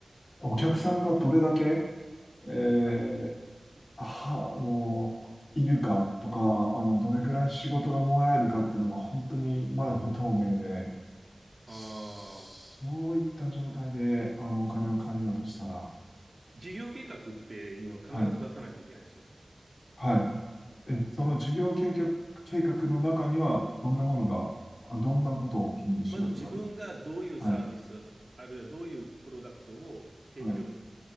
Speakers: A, on the left; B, on the right.
A: お客さんがどれだけ、えー
B: はい。
A: は、あの、いるかとか、あの、どれぐらい仕事がもらえるかっていうのが本当にまだ不透明で、
B: はい。
A: そういった状態で、
B: ああ、
A: あの、
B: じ
A: お金を借りようとしたら、
B: 事業計画っていうのを必ず出さないといけないんですよ。
A: はい、はい。え、その事業計画、計画の中には、どんなものが、あどんなことを記入しなければね。
B: まず自分がどういうサービス、
A: はい。
B: あるいはどういうプロダクトを提供
A: はい